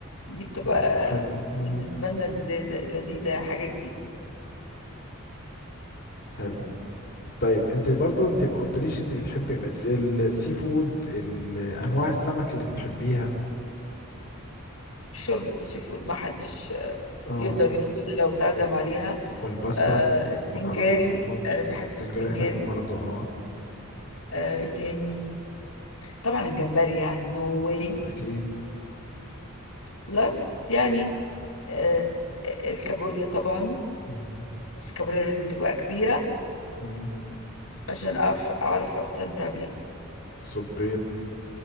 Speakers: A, on the left; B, on the left.
A: دي بتبقى
B: بتبقى حلوه مم.
A: بالنسبة لنا لذيذة لذيذة حاجة جديدة
B: حلو طيب انت برضو انت ما قلتليش انت بتحبي مس- السي فود ال- انواع السمك اللي بتحبيها
A: شوربة السي فود ما حدش آه،
B: اه
A: يقدر يرفضها لو اتعزم
B: و-
A: عليها
B: والباستا
A: آه، السنجاري
B: مكرونه سي فود
A: انا بحب
B: السنجاري
A: السنجاري
B: حلو برضو اه
A: آه، ايه تاني طبعا الجمبري يعني نو واي
B: ما اكيد
A: بلس يعني آه، آه، الكابوريا طبعا
B: مم.
A: بس الكابوريا لازم تبقى كبيرة
B: مم.
A: عشان أعرف أعرف أستمتع بيها
B: السبيط